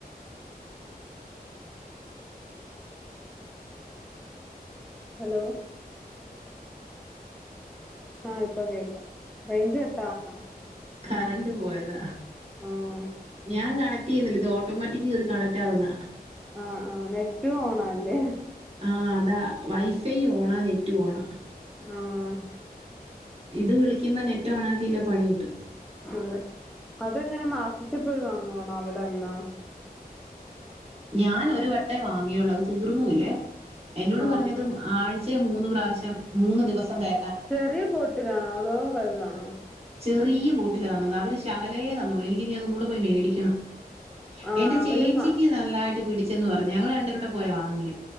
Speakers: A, in the centre; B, on the right (about 40°).
A: ഹലോ ആഹ് ഇപ്പൊ കേക്കാം റേഞ്ച് കട്ടാവുന്നോ
B: കറണ്ട് പോയതാ
A: ആഹ്
B: ഞാൻ കണ റ്റ് ചെയ്യൂന്നില്ല ഇതില് ഓട്ടോമാറ്റിക്ക് കേറി കണക്റ്റ് ആവുന്ന
A: ആഹ് ആഹ് നെറ്റ് ഓണ അല്ലേ
B: ആഹ് അതാ വൈഫൈ ഓണാ നെറ്റും ഓണാ
A: ആഹ്
B: ഇത് വിളിക്കുമ്പോ നെറ്റ് ഒണാക്കില്ലേ പണി കിട്ടും
A: അതെ അതെങ്ങനെ മാസത്തിൽ പോയി വാങ്ങോണ അവിടെണ്ണ
B: ഞാൻ ഒരു വട്ടേ വാങ്ങിയോള് അത് തീർന്നൂല്ലേ എന്നോട്
A: ആഹ്
B: പറഞ്ഞത്
A: ആഹ്
B: ആഴ്ചെ മൂന്ന് പ്രാവശ്യം മൂന്ന് ദിവസം തേ
A: ചെറിയ ബോട്ടിലാണോ അതോ വലുതാണോ
B: ചെറിയ ബോട്ടില തന്നത് അവര് ശകലേ തന്നുള്ളു എനിക്കിനി അത് ഒന്നൂടെ പോയി മേടിക്കണം
A: ആഹ്
B: എന്റെ
A: അവര്
B: ചേച്ചിക്ക്
A: മാ
B: നല്ലായിട്ട് പിടിച്ചന്ന് പറഞ്ഞു ഞങ്ങള് രണ്ടൂ പേരൂടെ പോയ വാങ്ങിയേ